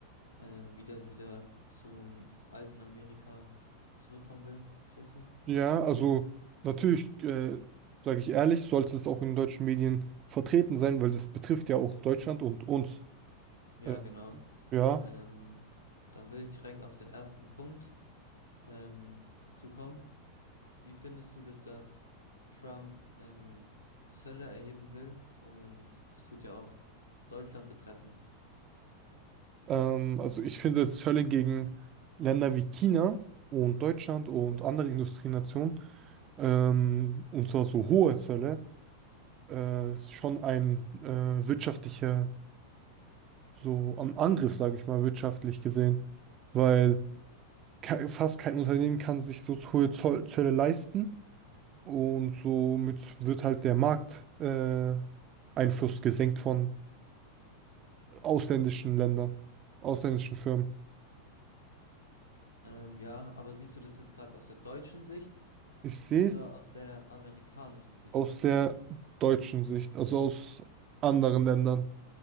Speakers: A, on the left (about 80°); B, on the right (about 30°).
A: ähm, wieder wieder zum alten Amerika zurückkommen will. Verstehst du?
B: Ja, also natürlich, äh, sage ich ehrlich, sollte es auch in deutschen Medien vertreten sein, weil das betrifft ja auch Deutschland und uns.
A: Ja,
B: Äh,
A: genau.
B: ja,
A: Ähm, dann will ich direkt auf den ersten Punkt ähm, zukommen. Wie findest du das, dass Trump ähm, Zölle erheben will? Und das tut ja auch Deutschland betreffen.
B: ähm, also ich finde Zölle gegen Länder wie China und Deutschland und andere Industrienationen. ähm, und zwar so hohe Zölle, äh, ist schon ein äh, wirtschaftlicher, so am Angriff, sage ich mal, wirtschaftlich gesehen, weil ke fast kein Unternehmen kann sich so hohe Zoll Zölle leisten und somit wird halt der Markt äh, Einfluss gesenkt von ausländischen Ländern, ausländischen Firmen.
A: Ähm, ja, aber siehst du das jetzt gerade aus der deutschen Sicht
B: Ich sehe
A: oder
B: es
A: aus der amerikanischen Sicht?
B: aus der deutschen Sicht, also aus anderen Ländern.